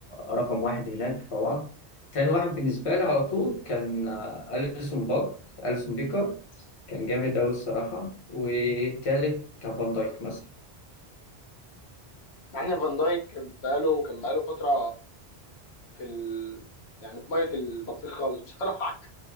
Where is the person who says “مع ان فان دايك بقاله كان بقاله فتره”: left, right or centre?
Left